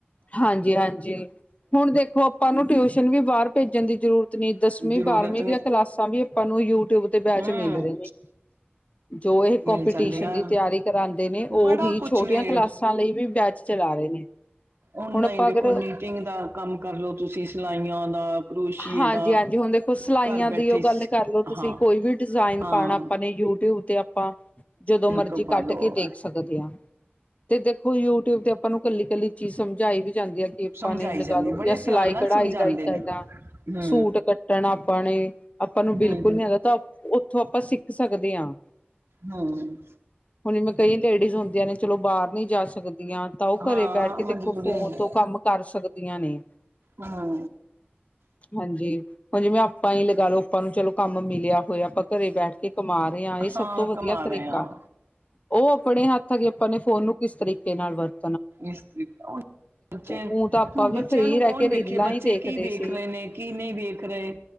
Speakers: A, on the left; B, on the right.
A: ਹਾਂਜੀ -ਹਾਂਜੀ, ਹੁਣ ਦੇਖੋ ਆਪਾਂ ਨੂੰ ਟਿਊਸ਼ਨ ਵੀ ਬਾਹਰ ਭੇਜਣ ਦੀ ਜ਼ਰੂਰਤ ਜਰੂਰਤ ਨਹੀਂ ਦਸਵੀਂ
B: ਜ਼ਰੂਰਤ
A: -ਬਾਰਵੀਂ
B: ਨਹੀਂ
A: ਦੀਆਂ ਕਲਾਸਾਂ ਵੀ ਆਪਾਂ ਨੂੰ ਯੂਟਿਊਬ ਤੇ ਬੈਚ
B: ਹੂੰ
A: ਮਿਲ ਰਹੀ ਏ। ਜੋ ਏਹ ਕੋਂਪੀਟੀਸ਼ਨ
B: ਮਿਲ ਜਾਂਦੀਆਂ
A: ਦੀ ਤਿਆਰੀ ਕਰਾਂਦੇ ਨੇ
B: ਬੜਾ
A: ਓਹੀ
B: ਕੁਝ
A: ਛੋਟੀਆਂ
B: ਵੇ
A: ਕਲਾਸਾਂ ਲਈ ਵੀ ਬੈਚ ਚਲਾ ਰਹੇ ਨੇ।
B: ਓਨਲਾਇਨ
A: ਹੁਣ ਆਪਾਂ
B: ਹੀ ਦੇਖੋ
A: ਅਗਰ
B: ਮਿਟਿੰਗ ਦਾ ਕੰਮ ਕਰਲੋ ਤੁਸੀਂ, ਸਿਲਾਈਆਂ ਦਾ। ਕਰੋਸ਼ੀਏ
A: ਹਾਂਜੀ-
B: ਦਾ
A: ਹਾਂਜੀ, ਹੁਣ ਦੇਖੋ ਸਿਲਾਈਆਂ
B: ਘਰ ਬੈਠੇ
A: ਦੀ ਉਹ ਗੱਲ
B: ਸ-
A: ਕਰ ਲਓ, ਤੁਸੀਂ
B: ਹਾਂ
A: ਕੋਈ ਵੀ ਡਿਜ਼ਾਇਨ
B: ਹਾਂ
A: ਪਾਣਾ ਆਪਾਂ ਨੇ ਯੂਟਿਊਬ ਤੇ ਆਪਾਂ ਜਦੋਂ ਮਰਜ਼ੀ
B: ਤੋਂ ਪਾ
A: ਕੱਢ
B: ਲਓ
A: ਕੇ ਦੇਖ ਸਕਦੇ ਹਾਂ, ਤੇ ਦੇਖੋ ਯੂਟਿਊਬ ਤੇ ਆਪਾਂ ਨੂੰ ਕੱਲੀ- ਕੱਲੀ ਚੀਜ਼ ਸਮਝਾਈ ਵੀ ਜਾਂਦੀ ਐ। ਏਪਾਂ
B: ਸਮਝਾਈ
A: ਨੇ ਲਗਾ
B: ਜਾਂਦੀ
A: ਲੋ,
B: ਬੜੇ
A: ਯਾ ਸਿਲਾਈ
B: ਧਿਆਨ ਨਾਲ
A: -ਕਢਾਈ
B: ਸਮਝਾਉਂਦੇ
A: ਦਾਈ ਕਰਨਾ
B: ਨੇ ਹੂੰ
A: ਸੂਟ ਕੱਟਣ ਆਪਾਂ ਨੇ। ਆਪਾਂ ਨੂੰ ਬਿਲਕੁਲ
B: ਹੂੰ
A: ਨੀ ਆਂਦਾ ਤਾਂ, ਉੱਥੋਂ ਆਪਾਂ ਸਿੱਖ ਸਕਦੇ ਆਂ।
B: ਹੂੰ।
A: ਹੁਣ ਇਵੇਂ ਕਈ ਲੇਡੀਜ਼ ਹੁੰਦੀਆਂ ਨੇ, ਚਲੋ ਬਾਹਰ ਨੀ ਜਾ ਸਕਦੀਆਂ। ਤਾਂ ਓਹ
B: ਹਾਂ
A: ਘਰੇ ਬੈਠ ਕੇ
B: ਮਜਬੂਰੀ
A: ਦੇਖੋ ਫੋਨ
B: ਹੁੰਦੀ
A: ਤੋਂ ਕੰਮ ਕਰ ਸਕਦੀਆਂ ਨੇਂ।
B: ਹਾਂ।
A: ਹਾਂਜੀ, ਹੁਣ ਜਿਵੇਂ ਆਪਾਂ ਹੀ ਲਗਾ ਲਓ ਆਪਾਂ ਨੂੰ ਚਲੋ ਕੰਮ ਮਿਲਿਆ ਹੋਇਆ, ਆਪਾਂ ਘਰੇ ਬੈਠ ਕੇ ਕਮਾ ਰਹੇ ਆਂ, ਇਹ ਸਭ
B: ਹਾਂ
A: ਤੋਂ ਵਧੀਆਂ
B: ਕਮਾ
A: ਤਰੀਕਾ।
B: ਰਹੇ ਹਾਂ
A: ਉਹ ਆਪਣੇ ਹੱਥ ਆਗੇ ਆਪਾਂ ਨੇ ਫੋਨ ਨੂੰ ਕਿਸ ਤਰੀਕੇ ਨਾਲ ਵਰਤ
B: ਇਸ ਤਰੀ ਬੱਚੇ
A: ਊ ਤਾਂ ਆਪਾਂ
B: ਹੁਣ
A: ਵੀ
B: ਬੱਚਿਆਂ
A: ਫ੍ਰਰੀ
B: ਨੂੰ
A: ਰਹਿ
B: ਕੌਣ
A: ਕੇ
B: ਵੇਖੇ
A: ਰੀਲਾਂ
B: ਬੱਚੇ
A: ਹੀ ਦੇਖਦੇ
B: ਕੀ ਵੇਖ
A: ਸੀ
B: ਰਹੇ ਨੇ ਕੀ ਨਹੀਂ ਵੇਖ ਰਹੇ